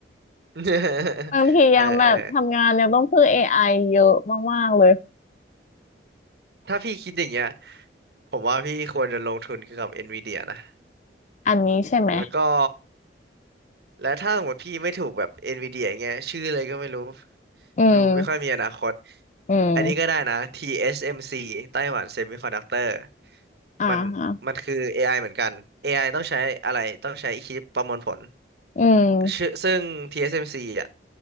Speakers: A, on the right; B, on the left.
A: <laughs>
B: <laughs> บางทียังแบบทำงานยังต้องพึ่งเอไอเยอะมากๆเลย
A: เออเออถ้าพี่คิดอย่างเงี้ยผมว่าพี่ควรจะลงทุนเกี่ยวกับ NVIDIA นะ
B: อันนี้ใช่ไหม
A: แล้วก็ และถ้าสมมติพี่ไม่ถูกแบบ NVIDIA อย่างเงี้ยชื่ออะไรก็ไม่รู้
B: อืม
A: ดูไม่ค่อยมีอนาคต
B: อืม
A: อันนี้ก็ได้นะ TSMC ไต้หวัน Semiconductor
B: อ่าฮะ
A: มันมันคือ AI เหมือนกัน AI ต้องใช้อะไรต้องใช้คิดประมวลผล
B: อืม
A: ชื่อซึ่ง TSMC อสเอ็มซีอ่ะ